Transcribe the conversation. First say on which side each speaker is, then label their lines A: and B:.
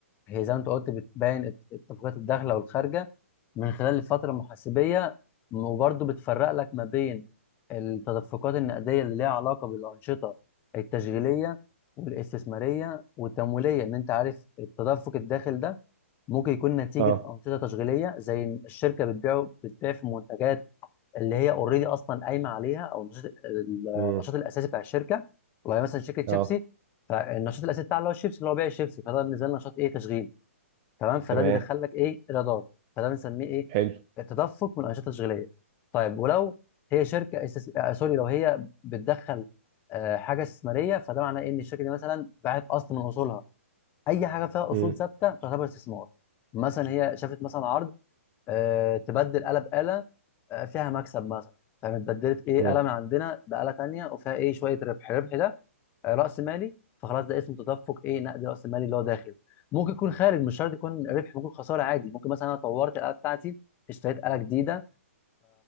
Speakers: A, on the left; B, on the right.
A: هي زي ما انت قلت بتبين الت- اتفاقيات الداخله والخارجه من خلال الفتره المحاسبيه وبرضه بتفرق لك ما بين التدفقات النقديه اللي ليها علاقه بالانشطه التشغيليه والاستثماريه والتمويليه ان انت عارف التدفق الداخل ده ممكن يكون نتيجه
B: اه
A: انشطه تشغيليه زي إن الشركه بتبيع بتبيع في منتجات اللي هي اوريدي اصلا قايمه عليها او النشاط النشاط
B: امم
A: الاساسي بتاع الشركه والله مثلا شركه شيبسي
B: اه
A: فالنشاط الاساسي بتاعها اللي هو الشيبسي اللي هو بيع الشيبسي فده بالنسبه لنا نشاط ايه تشغيل تمام فده
B: تمام
A: بيدخل لك ايه ايرادات فده بنسميه ايه
B: حلو
A: تدفق من الانشطه التشغيليه طيب ولو هي شركه أساس... آه سوري لو هي بتدخل آه حاجه استثماريه فده معناه إيه ان الشركه دي مثلا باعت اصل من اصولها اي حاجه فيها اصول
B: امم
A: ثابته تعتبر استثمار مثلا هي شافت مثلا عرض آه، تبدل آلة بآلة آه، فيها مكسب مثلا فاهم اتبدلت ايه
B: امم
A: آلة من عندنا بآلة تانية وفيها ايه شوية ربح الربح ده آه، رأس مالي فخلاص ده اسمه تدفق ايه نقد رأس مالي اللي هو داخل ممكن يكون خارج مش شرط يكون ربح ممكن خسارة عادي ممكن مثلا انا طورت الآلة بتاعتي اشتريت آلة جديدة